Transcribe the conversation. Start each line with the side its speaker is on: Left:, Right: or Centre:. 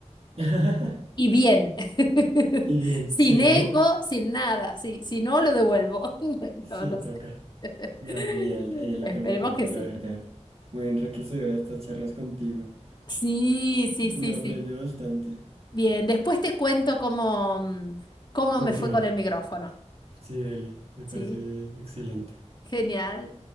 Right: <laughs>
Left: Y bien, <laughs>
Right: Y bien,
Left: sin
Right: si
Left: eco,
Right: no.
Left: sin nada. si, si no, lo devuelvo. <laughs>
Right: Sí,
Left: No, no
Right: toca.
Left: sé. <laughs>
Right: Nada, genial, genial
Left: Esperemos
Right: lo que me cuentas,
Left: que sí.
Right: la verdad. Muy enriquecedora estas charlas contigo.
Left: Sí, sí, sí,
Right: Uno
Left: sí.
Right: aprende bastante.
Left: Bien, después te cuento cómo, mm, cómo
Right: ¿Cómo
Left: me fue
Right: te va?
Left: con el micrófono,
Right: Sí, dale, me
Left: ¿sí?
Right: parece excelente.
Left: Genial.